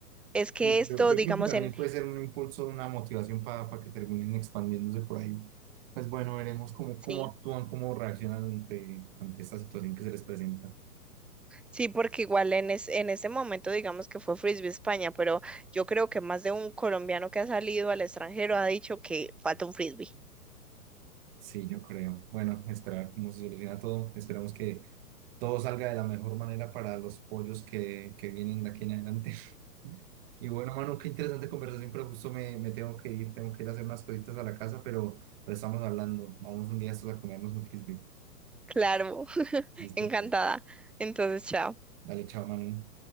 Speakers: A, in the centre; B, on the right (about 35°).
A: Es que
B: Sí,
A: esto,
B: Yo, yo
A: digamos,
B: creo que también
A: en,
B: puede ser un impulso, una motivación para que terminen expandiéndose por ahí. Pues bueno, veremos cómo, cómo
A: sí,
B: actúan, cómo reaccionan ante, ante esta situación que se les presenta.
A: sí, porque igual en, es, en ese momento, digamos que fue Frisbee España, pero yo creo que más de un colombiano que ha salido al extranjero ha dicho que falta un Frisbee.
B: Sí, yo creo. Bueno, esperar cómo se soluciona todo. Esperamos que todo salga de la mejor manera para los pollos que, que vienen de aquí en adelante. <laughs> Y bueno, mano, qué interesante conversación, pero justo me, me tengo que ir, tengo que ir a hacer unas cositas a la casa, pero, pero estamos hablando. Vamos un día estos a comernos un frisbee.
A: Claro, <laughs>
B: Listo,
A: encantada.
B: pues.
A: Entonces, chao.
B: Dale, chao, mano.